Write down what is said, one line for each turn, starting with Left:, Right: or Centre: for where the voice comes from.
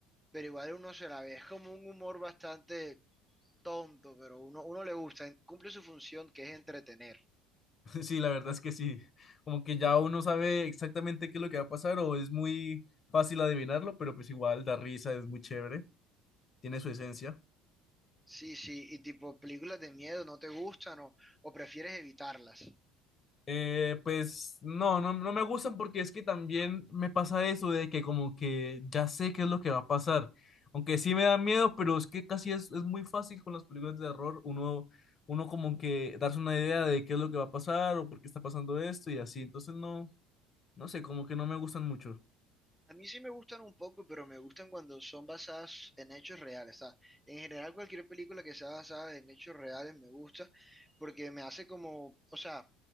Centre: pero igual uno se la ve. Es como un humor bastante tonto, pero uno, uno le gusta, cumple su función que es entretener.
Left: <laughs> Sí, la verdad es que sí. Como que ya uno sabe exactamente qué es lo que va a pasar o es muy fácil adivinarlo, pero pues igual da risa, es muy chévere, tiene su esencia.
Centre: Sí, sí, y tipo películas de miedo no te gustan o, o prefieres evitarlas.
Left: Eh, pues no, no, no me gustan porque es que también me pasa eso de que como que ya sé qué es lo que va a pasar. Aunque sí me da miedo, pero es que casi es, es muy fácil con las películas de terror uno, uno como que darse una idea de qué es lo que va a pasar o por qué está pasando esto y así. Entonces no, no sé, como que no me gustan mucho.
Centre: A mí sí me gustan un poco, pero me gustan cuando son basadas en hechos reales. ¿sabes? En general, cualquier película que sea basada en hechos reales me gusta porque me hace como, o sea,